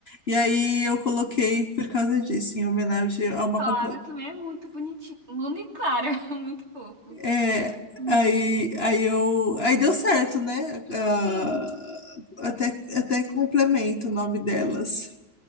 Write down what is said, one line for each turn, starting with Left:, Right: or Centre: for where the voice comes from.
Left: E aí eu coloquei por causa disso, em homenagem a uma.
Right: Clara
Left: compo-
Right: também é muito bonitinho. Luna e Clara, <laughs> muito fofo.
Left: É,
Right: Os nomes.
Left: aí, aí, eu, aí deu certo, né? Ah,
Right: Sim,
Left: até, até complemento o nome delas.